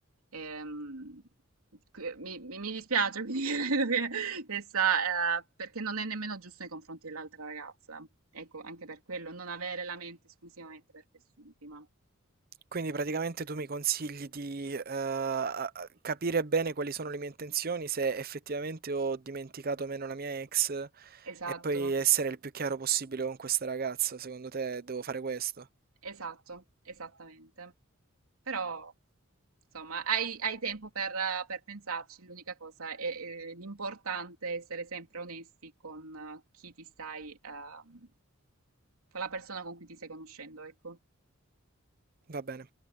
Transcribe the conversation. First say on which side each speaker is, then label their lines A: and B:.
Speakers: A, on the right; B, on the right.
A: Ehm, que- mi, mi- mi dispiace, quindi <laughs> credo che essa, eh, perché non è nemmeno giusto nei confronti dell'altra ragazza. Ecco, anche per quello, non avere la mente esclusivamente per quest'ultima.
B: Quindi praticamente tu mi consigli di, ehm, a a capire bene quali sono le mie intenzioni, se effettivamente ho dimenticato o meno la mia ex,
A: Esatto,
B: e poi essere il più chiaro possibile con questa ragazza. Secondo te devo fare questo?
A: esatto, esattamente. Però, insomma, hai, hai tempo per, eh, per pensarci. L'unica cosa è, è l'importante è essere sempre onesti con eh, chi ti stai, ehm, con la persona con cui ti stai conoscendo, ecco.
B: Va bene,